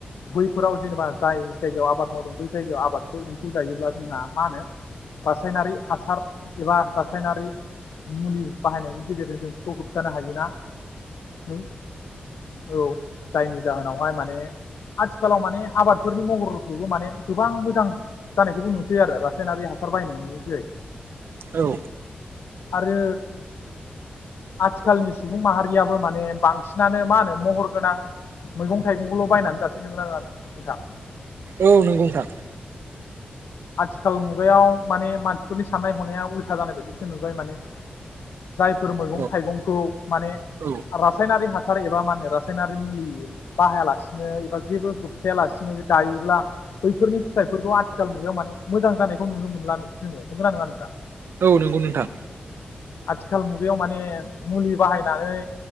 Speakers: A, on the left (about 75°); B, on the right (about 70°).
A: बै फोराव जेनेबा जाय जायगायाव आबाद मावदों बै जायगायाव आबादखौ एम्फौ जायोब्ला जोंहा मा होनो रासायनारि हासार एबा रासायनारि मुलि बाहायनायनि गेजेरजों जों बेखौ होबथानो हायोना। औ। औ जायनि जाहोनावहाय माने आथिखालाव माने आबादफोरनि महरखौबो माने गोबां मोजां जानायखौ बुंनोसै आरो रासायनारि हासार बायनायनि जोहै।
B: औ।
A: आरो आथिखालनि सुबुं माहारियाबो माने बांसिनानो मा होनो महर गोनां मैगं थाइगंखौल' बायनानै जासै नोंगो ना नोंङा नोंथां?
B: औ नोंगौ नोंथां।
A: आथिखाल मुगायाव माने मानसिफोरनि साननाय हनाया उल्था जानाय बायदिसो नुबाय माने जायफोर मैगं
B: औ
A: थाइगंखौ माने
B: औ
A: रासायनारि हास सार एबा मा होनो रासायनारि मुलि बाहायालासिनो एबा जेबो जोबथायालासिनो गायोब्ला बैफोरनि फिथाइफोरखौ आथि साल मुगायाव माने मोजां जानायखौ नुनो मोनला जोङो नो जोंङो नोंगो ना नोंङा नोंथां?
B: औ नोंगौ नोंथां।
A: आथिखाल मुगायाव माने मुलि बाहायनानै